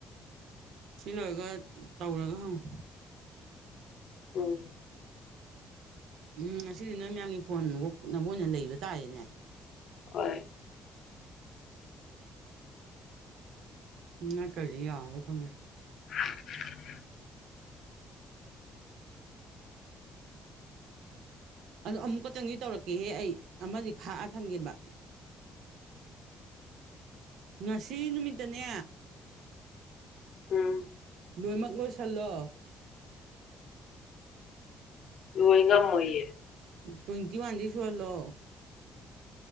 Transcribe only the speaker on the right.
ꯁꯤ ꯂꯣꯏꯔꯒ ꯇꯧꯔꯒ ꯍꯪꯉꯨ
ꯎꯝ ꯉꯁꯤꯗꯤ ꯅꯣꯏ ꯃꯌꯥꯝꯒꯤ ꯐꯣꯟ ꯑꯣꯛꯅꯕ ꯑꯣꯏꯅ ꯂꯩꯕ ꯇꯥꯔꯦꯅꯦ
ꯅꯠꯇꯔꯤꯗꯤ ꯌꯥꯔꯔꯣꯏ ꯈꯪꯉꯦ
ꯑꯗꯣ ꯑꯃꯨꯛ ꯈꯛꯇꯪꯗꯤ ꯇꯧꯔꯛꯀꯦꯍꯦ ꯑꯩ ꯑꯃꯗꯤ ꯈꯥꯛꯑ ꯊꯝꯒꯦꯕ ꯉꯁꯤ ꯅꯨꯃꯤꯠꯇꯅꯦ
ꯂꯣꯏꯅꯃꯛ ꯂꯣꯏꯁꯤꯜꯂꯣ
ꯇ꯭ꯋꯦꯟꯇꯤ ꯋꯥꯟꯗꯤ ꯁꯨꯍꯜꯂꯣ